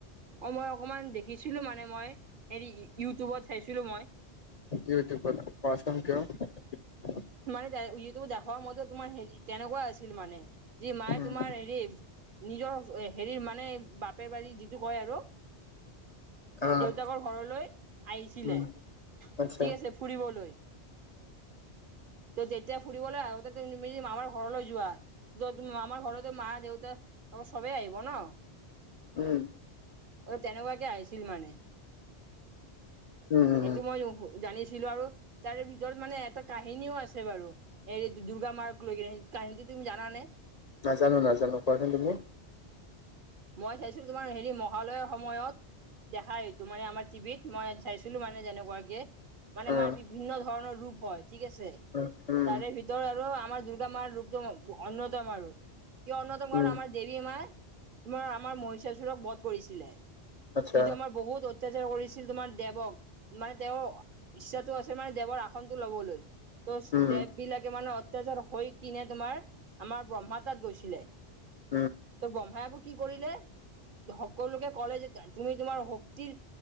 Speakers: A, on the right; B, on the left.
A: অ, মই অকমান দেখিছিলো মানে মই, হেৰি ইউটিউবত চাইছিলো মই।
B: ইউটিউবত কোৱাচোন তেওঁ।
A: মানে তাএ ইটো দেখোৱা মতে, তোমাৰ হেৰি তেনেকুৱা আছিল মানে। যি মায়ে
B: উম
A: তোমাৰ হেৰি নিজৰ হেৰি মানে বাপে বাৰী যিটো কয় আৰু
B: আহ
A: দেউতাকৰ ঘৰলৈ আহিছিলে।
B: উম আচ্ছা
A: ঠিক আছে। ফুৰিবলৈ। তো যেতিয়া ফুৰিবলৈ আহোঁতে তুমিমি মামাৰ ঘৰলৈ যোৱা। যোৱা তুমি মামাৰ ঘৰতে মা- দেউতা তব চবেই আহিব ন?
B: উম উম
A: অ, তেনেকুৱাকে আহিছিল মানে।
B: উম।
A: সেইটো মই জানিছিলো আৰু তাৰে ভিতৰত মানে এটা কাহিনীও আছে বাৰু এই দুৰ্গা মাৰ্ক লৈ কিনে। কাহিনটো তুমি জান নে?
B: নাজানো নাজানো কোৱাচোন তুমি।
A: মই চাইছিলো তোমাৰ হেৰি মহালয়ৰ সময়ত। দেখা সেইটো মানে আমাৰ টিভিত মই চাইছিলো মানে তেনেকুৱাকে। মানে
B: উম
A: মাৰ বিভিন্ন ধৰণৰ ৰূপ হয় ঠিক আছে।
B: উম উম
A: তাৰে ভিতৰত তৰ আৰু আমাৰ দুৰ্গা মাৰ ৰূপটো ম অন্যতম আৰু, কিয় অন্যতম কাৰণ
B: উম
A: আমাৰ দেৱী মাৰ তোমাৰ আমাৰ মহিচাচোৰক বধ কৰিছিলে।
B: আচ্ছা
A: যিটো আমাৰ বহুত অইত অত্যাচাৰ কৰিছিল তোমাৰ দেৱক, মানে তেওঁৰ ইচ্ছাটো আছিল মানে দেৱৰ আসনটো ল'বলৈ। তোচ
B: উম
A: দেৱবিলাকে মানে অত্যাচাৰ হৈ কিনে তোমাৰ আমাৰ ব্ৰহ্মা তাত গৈছিলে।
B: <unintelligible>
A: তোৰ ব্ৰহ্মাই আক' কি কৰিলে? সকলোকে ক'লে যে তুমি তোমাৰ শক্তিৰ